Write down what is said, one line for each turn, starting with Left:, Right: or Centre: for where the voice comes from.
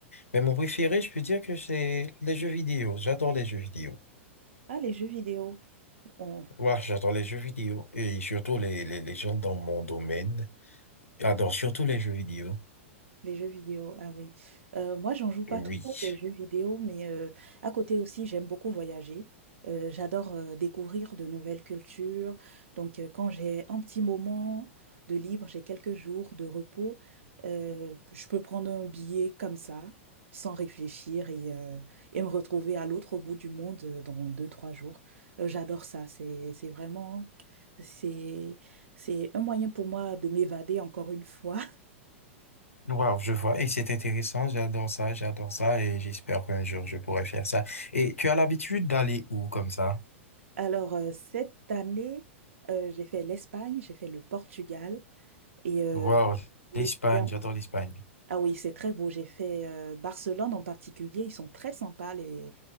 Left: Mais mon préféré, je peux dire que c'est les jeux vidéo. J'adore les jeux vidéo.
Right: Ah, les jeux vidéo, on,
Left: Ouais, j'adore les jeux vidéo et surtout les, les, les gens dans mon domaine adorent surtout les jeux vidéo.
Right: Les jeux vidéo, ah oui. Euh, moi, j'en joue pas
Left: Oui.
Right: trop les jeux vidéo, mais euh, à côté aussi, j'aime beaucoup voyager. Euh, j'adore euh, découvrir de nouvelles cultures. Donc, euh, quand j'ai un petit moment de libre, j'ai quelques jours de repos, euh, je peux prendre un billet comme ça, sans réfléchir, et, euh, et me retrouver à l'autre bout du monde euh, dans deux, trois jours. Euh, j'adore ça. C'est, c'est vraiment, c'est, c'est un moyen pour moi de m'évader encore une fois
Left: Wow, je vois. Et c'est intéressant. J'adore ça, j'adore ça. Et j'espère qu'un jour, je pourrai faire ça. Et tu as l'habitude d'aller où comme ça?
Right: Alors, euh, cette année, euh, j'ai fait l'Espagne, j'ai fait le Portugal et euh,
Left: Wow,
Right: l'été
Left: l'Espagne,
Right: dernier-
Left: j'adore l'Espagne.
Right: Ah oui, c'est très beau. J'ai fait euh, Barcelone en particulier. Ils sont très sympas, les,